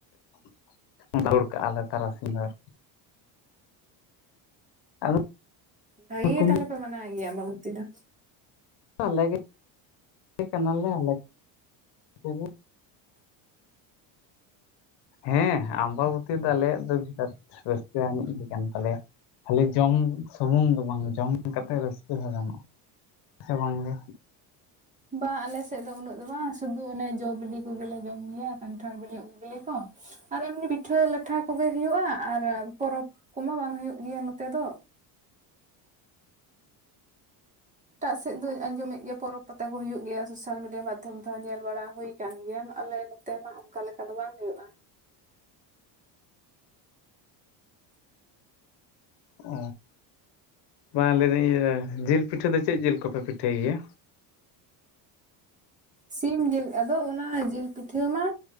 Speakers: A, on the left; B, on the right.
A: <inaudible> ᱫᱟᱹᱲ ᱠᱟᱜ-ᱟᱞᱮ ᱛᱟᱨᱟᱥᱤᱧ ᱫᱚ᱾ ᱟᱫᱚ
B: ᱵᱟᱭᱤ ᱜᱮ
A: ᱠᱚᱢᱤᱴᱤ
B: ᱛᱟᱦᱞᱮ ᱯᱮ ᱢᱟᱱᱟ ᱜᱮᱭᱟ ᱟᱵᱟᱵᱚᱛᱤ ᱫᱚ᱾
A: ᱟᱞᱟᱜᱮ <inaudible> ᱠᱟᱱᱟ ᱞᱮ ᱟᱞᱮ ᱠᱚᱜᱮ ᱦᱮᱸ ᱟᱢᱵᱟᱵᱚᱛᱤ ᱫᱚ ᱟᱞᱮᱭᱟᱜ ᱫᱚ ᱵᱤᱨᱟᱴ ᱨᱟᱹᱥᱠᱟᱹ ᱟᱹᱱᱤᱡ ᱜᱮ ᱠᱟᱱ ᱛᱟᱞᱮᱭᱟ᱾ ᱠᱷᱟᱹᱞᱤ ᱡᱚᱢ ᱥᱩᱢᱩᱝ ᱫᱚ ᱵᱟᱝ ᱡᱚᱢ ᱠᱟᱛᱮᱫ ᱨᱟᱹᱥᱠᱟᱹ ᱦᱚᱸ ᱜᱟᱱᱚᱜᱼᱟ ᱥᱮ ᱵᱟᱝᱜᱮ?
B: ᱵᱟ ᱟᱞᱮᱥᱮᱫ ᱫᱚ ᱩᱱᱟᱹᱜ ᱫᱚ ᱵᱟᱝ ᱥᱩᱫᱩ ᱚᱱᱮ ᱡᱚ ᱵᱤᱞᱤ ᱠᱚᱜᱮᱞᱮ ᱡᱚᱢ ᱜᱮᱭᱟ, ᱠᱟᱱᱴᱷᱟᱲ ᱵᱤᱞᱤ ᱩᱞ ᱵᱤᱞᱤ ᱠᱚ, ᱟᱨ ᱮᱢᱱᱤ ᱯᱤᱴᱷᱟᱹᱼ ᱞᱟᱴᱷᱟ ᱠᱚᱜᱮ ᱦᱩᱭᱩᱜᱼᱟ, ᱟᱨ ᱯᱚᱨᱚᱵᱽ ᱠᱚᱢᱟ ᱵᱟᱝ ᱦᱩᱭᱩᱜ ᱜᱮᱭᱟ ᱱᱚᱛᱮ ᱫᱚ᱾ ᱮᱴᱟᱜ ᱥᱮᱫ ᱫᱚᱧ ᱟᱸᱡᱚᱢᱮᱜ ᱜᱮᱭᱟ ᱯᱚᱨᱚᱵᱽ ᱯᱟᱛᱟ ᱠᱚ ᱦᱩᱭᱩᱜ ᱜᱮᱭᱟ ᱥᱳᱥᱟᱞ ᱢᱤᱰᱤᱭᱟ ᱢᱟᱫᱽᱫᱷᱚᱢ ᱛᱮᱦᱚᱸ ᱧᱮᱞ ᱵᱟᱲᱟ ᱦᱩᱭ ᱠᱟᱱ ᱜᱮᱭᱟᱢ ᱟᱞᱮ ᱱᱚᱛᱮ ᱢᱟ ᱚᱱᱠᱟ ᱞᱮᱠᱟ ᱫᱚ ᱵᱟᱝ ᱦᱩᱭᱩᱜᱼᱟ᱾
A: ᱚ ᱵᱟᱝ ᱞᱟᱹᱭᱫᱟᱹᱧ ᱤᱭᱟᱹ ᱡᱤᱞ ᱯᱤᱴᱷᱟᱹ ᱫᱚ ᱪᱮᱫ ᱡᱤᱞ ᱠᱚᱯᱮ ᱯᱤᱴᱷᱟᱹᱭ ᱜᱮᱭᱟ?
B: ᱥᱤᱢ ᱡᱤᱞ ᱟᱫᱚ ᱚᱱᱟ ᱡᱤᱞ ᱯᱤᱴᱷᱟᱹ ᱢᱟ